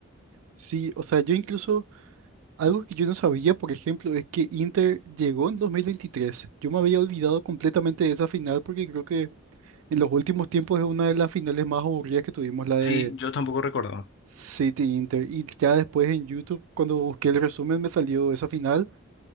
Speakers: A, on the right (about 75°); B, on the left (about 55°).
A: sí, o sea, yo incluso, algo que yo no sabía, por ejemplo, es que Inter llegó en 2023. Yo me había olvidado completamente de esa final porque creo que En los últimos tiempos es una de las finales más aburridas que tuvimos, la de
B: Sí, yo tampoco recordaba.
A: City Inter. Y ya después en YouTube, cuando busqué el resumen, me salió esa final.